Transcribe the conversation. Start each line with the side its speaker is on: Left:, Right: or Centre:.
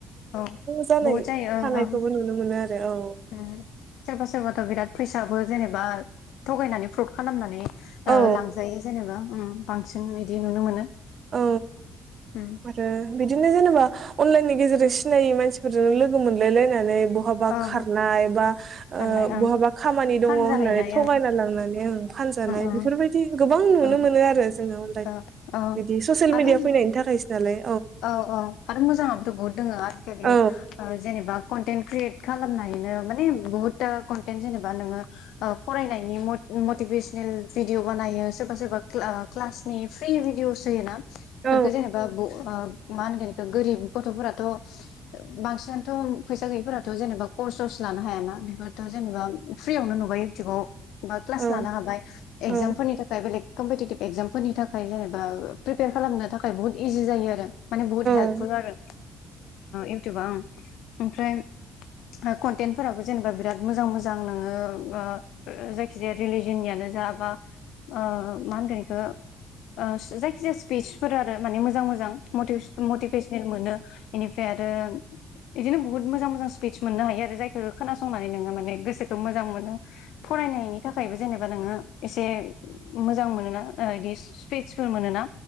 Left: औ
Right: जानाय
Left: बहुद जायो
Right: थानायखौबो
Left: ओं ओं
Right: नुनो मोनो आरो औ
Left: सोरबा सोरबाथ' बिराद फैसाबो जेनेबा थगायनानै फ्रुद खालामनानै ओ
Right: औ
Left: लांजायो जेनेबा बांसिन बिदि नुनो मोनो
Right: औ
Left: उम
Right: आरो बिदिनो जेनेबा अनलाइननि गेजेरजों सिनायि मानसिफोरजों लोगो मोनलाय लायनानै बहाबा
Left: ओं
Right: खारनाय बा
Left: फाननाय
Right: ओ
Left: ओं
Right: बहाबा खामानि दङ
Left: फानजाहैनाय
Right: होननानै थगायना
Left: ओं
Right: लांनानै ओं फानजानाय
Left: ओं
Right: बेफोरबायदि गो गोबां नुनो
Left: ओं
Right: मोनो आरो जोङो ओम दे
Left: औ औ
Right: बिदि ससियेल
Left: आरो
Right: मिडिया फैनायनि थाखायसो नालाय
Left: औ औ आरो मोजाङाबोथ' बहुद दङ
Right: औ
Left: जेन एबा कन्टेन्ट क्रियेट खालामनायनो माने बुहुदथा कनटेन्ट जेनेबा नोङो फरायनायनि मटिभेसनेल भिडिअ बानायो सोरबा सोरबा क्लासनि फ्रि भिडिअस होयो ना बेफोरखौ
Right: औ
Left: जेनेबा ब मा होनगोन बेखौ गोरिब गथ'फोराथ' बांसिननानोथ' फैसा गैयिफोराथ' जेनेबा कर्स सर्स लानो हायाना बेफोरथ' जेनेबा फ्रियावनो नुबाय बाव बा क्लास
Right: औ
Left: लानो हाबाय
Right: औ
Left: एगजाम फोरनि थाखाय बेलेग कमपिटिटिभ एक्जाम फोरनि थाखाय जेनेबा प्रिपेयार खालामनो थाखाय बुहुत इजि जायो आरो <inaudible> माने बुहुत हेल्पफुल
Right: औ
Left: आरो इउटुबा आं ओमफ्राय कनटेन्टफोराबो जेनेबा बिराद मोजां मोजां नोङो ओ जायखिजाया रिलिजननियानो जा बा ओ मा होनगोन ओ जायखिजाया स्पिसफोरानो‌माने मोजां मोजां म मटिभेशनेल मोनो बेनिफ्राय आरो बिदिनो बुहुत मोजां मोजां स्पिस मोननो हायो आरो जायखौ खोनासंनानै नोङो माने गोसोखौ मोजां मोनो फरायनायनि थाखायबो जेनेबा नोङो एसे मोजां मोनोना बिदि स्पिसफोर मोनोना